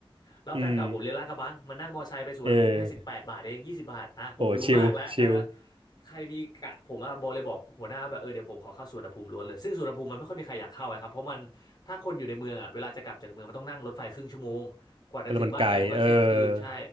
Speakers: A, on the left (about 45°); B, on the right (about 65°).
A: แล้วแฟนเก่าผมเรียนลาดกระบังมันนั่งมอไซค์ไปสุวรรณภูมิแค่สิบแปดบาทเองยี่สิบบาทอ่ะผมรู้มากแล้วเออ
B: อืมเออโหชิลชิล
A: ใครมีกะผมอะบอกเลยบอกหัวหน้าแบบเออเดี๋ยวผมขอเข้าสุวรรณภูมิล้วนเลยซึ่งสุวรรณภูมิมันไม่ค่อยมีใครอยากเข้าอะครับเพราะมันถ้าคนอยู่ในเมืองอะเวลาจะกลับจากเมืองมันต้องนั่งรถไฟครึ่งชั่วโมง กว่าจะถึงบ้านอะไรมันก็เที่ยงคืนใช่
B: แล้วมันไกลเออ